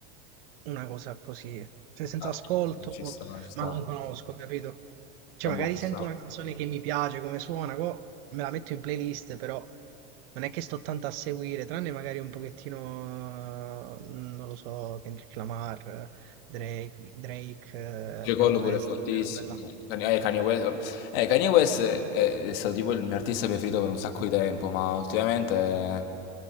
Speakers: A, on the right (about 70°); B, on the left (about 65°).
A: una cosa così, se- senza
B: Ah,
A: ascolto,
B: Ci sta, ci sta.
A: ma non conosco, capito? Cioè,
B: Vabbè,
A: magari
B: ci
A: sento
B: sta.
A: una canzone che mi piace, come suona, co- me la metto in playlist, però non è che sto tanto a seguire, tranne magari un pochettino, eh, non lo so, Kendrick Lamar, eh, Drake, Drake,
B: Luce
A: eh, Kanye
B: Collo
A: West,
B: pure è fortissimo.
A: quelle robe là.
B: Kanye- eh, Kanye West, eh, Kanye West è, è stato tipo il mio artista preferito per un sacco di tempo, ma ultimamente, eh,